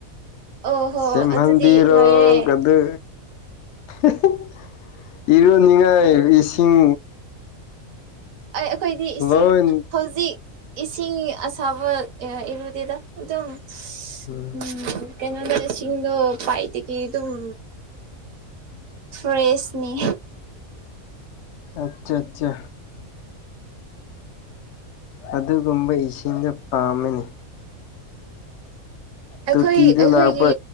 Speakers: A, on the right; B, on the left.
A: ꯑꯣꯍꯣ
B: ꯁꯦꯝꯍꯟꯕꯤꯔꯣ
A: ꯑꯗꯨꯗꯤ ꯂꯣꯏꯔꯦ
B: ꯀꯗ <unintelligible> ꯏꯔꯨꯅꯤꯡꯉꯥꯏ ꯏꯁꯤꯡ
A: ꯑꯩ ꯑꯩꯈꯣꯏꯗꯤ ꯏꯁꯤꯡ
B: ꯂꯣꯏ
A: ꯍꯧꯖꯤꯛ ꯏꯁꯤꯡ ꯑꯁꯥꯕ ꯏꯔꯨꯗꯦꯗ ꯑꯗꯨꯝ ꯑꯨꯝ
B: ꯎꯝ
A: ꯀꯩꯅꯣꯗ ꯏꯁꯤꯡꯗꯣ ꯄꯥꯏꯞꯇꯒ ꯑꯗꯨꯝ ꯐ꯭ꯔꯦꯁꯅꯤ
B: ꯑꯆꯥꯆꯥ ꯑꯗꯨꯒꯨꯝꯕ ꯏꯁꯤꯡꯗ ꯄꯥꯝꯃꯦꯅꯤ
A: ꯑꯩꯈꯣꯏ
B: ꯇꯣꯇꯤꯗ
A: ꯑꯩꯈꯣꯏꯒꯤ
B: ꯂꯥꯛꯄ